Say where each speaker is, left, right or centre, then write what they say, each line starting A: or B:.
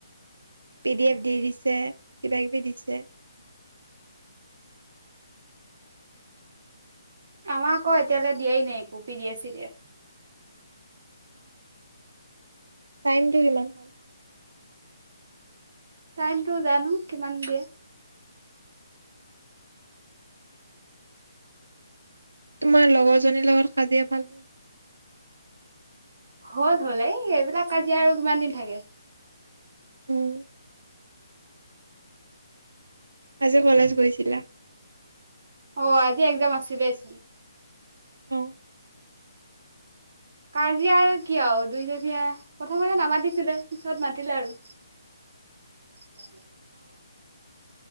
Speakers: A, on the right; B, on the right.
A: পি ডি এফ দি দিছে কিবা কিবি দিছে।
B: আমাৰ আকৌ এতিয়ালৈ দিয়াই নাই একো, পি ডি এফ চি দি এফ।
A: টাইমটো কিমান হ'ল
B: টাইমটো জানো কিমান দিয়ে।
A: তোমাৰ লগৰ জনীৰ লগত কাজিয়া ভাল হ'ল।
B: হ'ল- হ'ল এই এইবিলাক কাজিয়া আৰু কিমান দিন থাকে।
A: উম। আজি কলেজ গৈছিলা।
B: অঁ আজি এক্সাম আছিলে চ
A: অ
B: কাজিয়া আৰু কি আৰু দুইদিনীয়া, প্ৰথমতে নামাতিছিলে পিছত মাতিল আৰু।